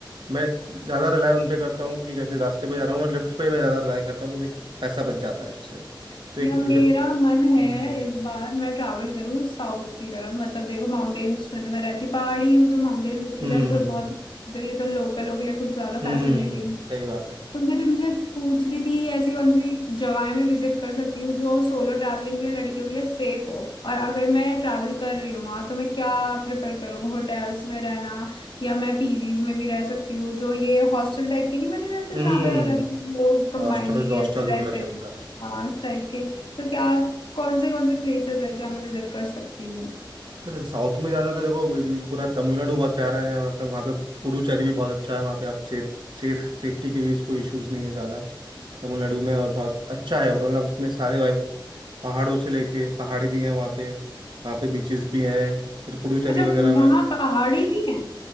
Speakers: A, on the right (about 70°); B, on the left (about 85°).
A: मैं ज़्यादा रिलाय उन पे करता हूँ कि जैसे रास्ते पे जा रहा हूँ और लिफ्ट पे मैं ज़्यादा रिलाय करता हूँ कि मैं पैसा बच जाता है उससे तो एक
B: या मेरा
A: लिफ्ट
B: मन है
A: हम्म
B: इस बार मैं ट्रैवल करूँ साउथ की तरफ मतलब देखो माउंटेन्स में तो मैं रहती पहाड़ी हूँ तो माउंटेन्स
A: हम्म
B: इधर तो बहुत तो ये तो लोकल लोग के लिए कुछ ज्यादा
A: हम्म,
B: फैसिनेटिंग
A: सही बात है
B: तो मैं तुमसे पूछ रही थी ऐसी कौन सी जगहें मैं विजिट कर सकती हूँ जो सोलो ट्रैवलिंग के लिए लड़कियों के लिए सेफ हो और अगर मैं ट्रैवल कर रही हूँ वहाँ तो मैं क्या प्रेफर करूँ होटल्स में रहना या मैं पीजीज में भी रह सकती हूँ जो ये हॉस्टल टाइप के नहीं बने रहते
A: हम्म
B: जहाँ पे अलग लोग कंबाइनली
A: हॉस्टल्स हॉस्टल्स
B: ऐसे
A: वगैरह
B: रहते
A: चल
B: हैं
A: रहा है आजकल
B: हाँ इस टाइप के तो क्या कौन से कौन से प्लेसेस है जहाँ मैं विजिट कर सकती हूँ
A: अरे साउथ में जाना तो देखो ये पूरा तमिलनाडु बहुत प्यारा है वहाँ का वहाँ पे पुडुचेरी भी बहुत अच्छा है वहाँ पे आप सेफ सेफ सेफ्टी के भी इसको इश्यूज नहीं है ज़्यादा तमिलनाडु में और बहुत अच्छा है मतलब उसमें सारे पहाड़ों से लेके पहाड़ी भी हैं वहाँ पे वहाँ पे बीचेस भी हैं फिर पुडुचेरी
B: अच्छा
A: वगैरह
B: वहाँ
A: में
B: पहाड़ी भी है